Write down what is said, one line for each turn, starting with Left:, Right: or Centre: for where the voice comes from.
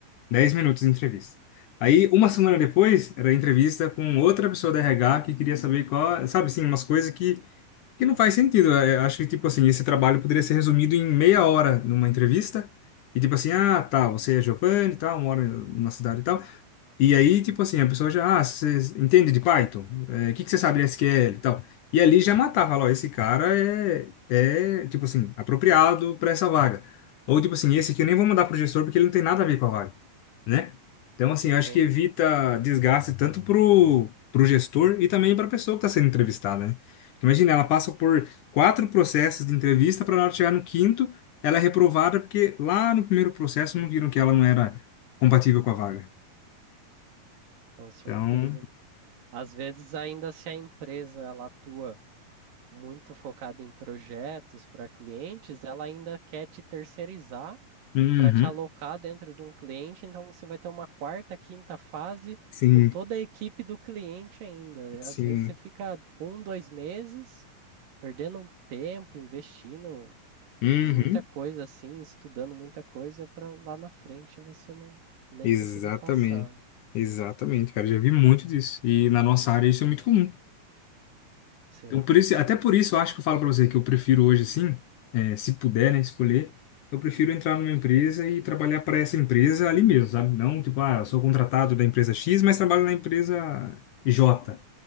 Left: Dez minutos de entrevista. Aí, uma semana depois, era a entrevista com outra pessoa do RH que queria saber qual, sabe assim, umas coisas que, que
Right: Uhum.
Left: não faz sentido. É, acho que, tipo assim, esse trabalho poderia ser resumido em meia hora numa entrevista. E tipo assim, ah, tá, você é Giovanni e tal, mora na cidade e tal. E aí, tipo assim, a pessoa já, ah, você entende de Python? É, O que que você sabe de SQL e tal? E ali já matava, lá, ó, esse cara é, é, tipo assim, apropriado para essa vaga. Ou, tipo assim, esse aqui eu nem vou mandar pro gestor porque ele não tem nada a ver com a vaga, né? Então, assim, eu
Right: Sim,
Left: acho que evita desgaste tanto pro, pro gestor e também pra pessoa que tá sendo entrevistada, né? Porque Imagina, ela passa por quatro processos de entrevista para na hora de chegar no quinto, ela é reprovada porque lá no primeiro processo não viram que ela não era compatível com a vaga.
Right: com certeza.
Left: Então,
Right: Às vezes, ainda se a empresa ela atua muito focada em projetos para clientes, ela ainda quer te terceirizar
Left: Uhum.
Right: para te alocar dentro de um cliente, então você vai ter uma quarta, quinta fase
Left: Sim,
Right: com toda a equipe do cliente ainda. E Às
Left: sim.
Right: vezes você fica um, dois meses perdendo um tempo, investindo
Left: Uhum.
Right: muita coisa assim, estudando muita coisa para lá na frente você não nem
Left: Exatamente.
Right: conseguir passar. né?
Left: Exatamente, cara. Já vi muito disso. E na nossa área isso é muito comum.
Right: Sim,
Left: Então, por isso, até por isso eu acho que eu falo pra você que eu prefiro hoje, sim, é, se puder, né, escolher, eu prefiro entrar numa empresa e trabalhar para essa empresa ali mesmo, sabe? Não, tipo, ah, eu sou contratado da empresa X, mas trabalho na empresa J,